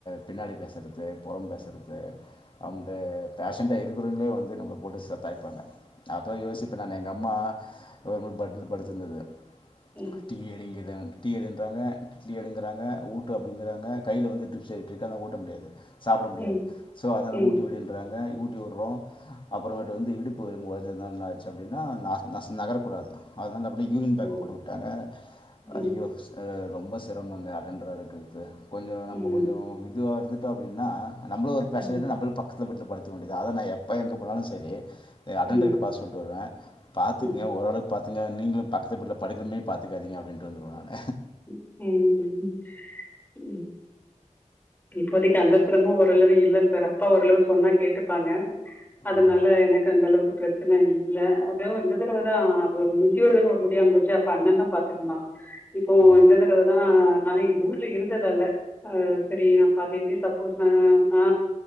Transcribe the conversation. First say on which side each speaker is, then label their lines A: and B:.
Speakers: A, on the left; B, on the left.
A: பின்னாடி பேசறது புறம் பேசறது அந்த பேஷண்டா இருக்கிறவங்களே வந்து நம்மள போட்டு செதைப்பாங்க நா அதா யோசி னே எங்க அம்மா கவர்மெண்ட் பெட்ல படுத்திருந்தது
B: ம்
A: டீ எடிங்கிது டீ எடுன்றாங்க இட்லி எடுங்கறாங்க ஊட்டு அப்டிங்கிறாங்க கைல வந்து ட்ரிப்ஸ் ஏறிடிருக்கு ஆனா ஊட்ட முடியாது சாப்ட முடியாது
B: ம் ம்
A: சோ அதனால
B: ம்
A: ஊட்டி விடு றாங்க ஊட்டி விட்றோ அப்புறமேட்டு வந்து இடுப்பு எலும்பு ஒடஞ்சதுனால என்னாச்சு சு அப்டின்னா நாஸ் நஸ் நகரக்கூடாது அதனா அந்த பண்ணே யூரின் பேக்
B: ஓ
A: போட்டுவுட்டாங்க
B: ம்
A: அய்யோ அ ரொம்ப சிரமங்க அட்டெண்டரா இருக்கிறது கொஞ்சோ நம்ம
B: ம்
A: கொஞ்சோ இதுவா இருந்துட்டோ அப்டின்னா நம்ளு ஒரு பேஷ்ண்டுனு
B: ம்
A: நம்ளுக்கு பக்கத்தில பெட்ல படுத்தக்க வேண்டியதுதா அத நா எப்ப எங்கே போனாலு செரி அட்டென்டர்
B: ம்
A: கிட்ட பாஸ் சொல்ட்டு வருவே பாத்துக்கங்க
B: ம்
A: ஓரளவுக் பாத்துங்க நீங்களு பக்கத்து பெட்ல படிக்கிற மாரி பாத்துக்காதீங்க அப்டின்ட்டு வந்துடுவே நானு
B: ம் ம் இப்போதைக்கு அந்த சிரமு ஓரளவு இல்ல சார் அப்பா ஓரளவு சொன்னா கேட்டுப்பாங்க அதனால
A: ம்,
B: எனக்கு அந்தளவுக்கு பிரச்சன இல்ல அதோ இந்த தடவதா ஒரு மிஞ்சி ஒரு தட முடியாம போச்சு அப்ப அண்ணந்தா பாத்துக்கினா இப்போ
A: ம்,
B: இந்த தடவ தா நா ஊர்ல இருந்ததால ஆ செரி நா பாத் சேதி சப்போஸ் நா நா